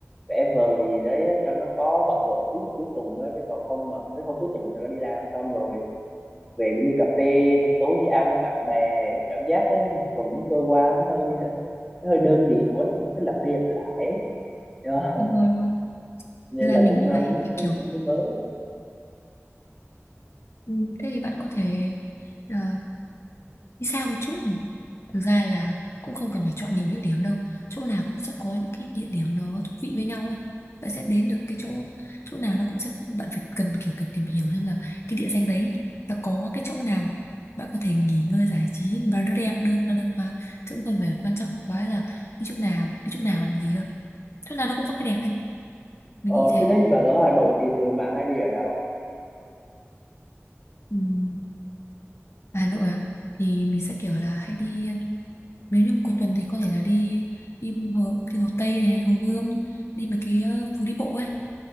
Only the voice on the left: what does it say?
đúng
rồi đúng rồi
Thế là
mình
như
vậy
mình
kiểu
ừ, thế thì bạn có thể ờ, đi xa một chút thực ra là cũng không cần phải chọn nhiều địa điểm đâu chỗ nào cũng sẽ có những cái địa điểm nó thú vị với nhau ấy. bạn sẽ đến được cái chỗ chỗ nào nó cũng sẽ bạn phải cần kiểu kiểu tìm hiểu xem là cái địa danh đấy nó có cái chỗ nào bạn có thể nghỉ ngơi giải trí và nó đẹp được là được mà chứ cũng không phải quan trọng quá là đi chỗ nào đi chỗ nào làm gì đâu chỗ nào nó cũng có cái đẹp em mình
nghĩ thế
Ừm, Hà Nội à thì mình sẽ kiểu là hay đi nếu như một cuối tuần thì có thể là đi đi hồ đi hồ Tây này hồ Gươm đi mấy cái ờ, phố đi bộ ấy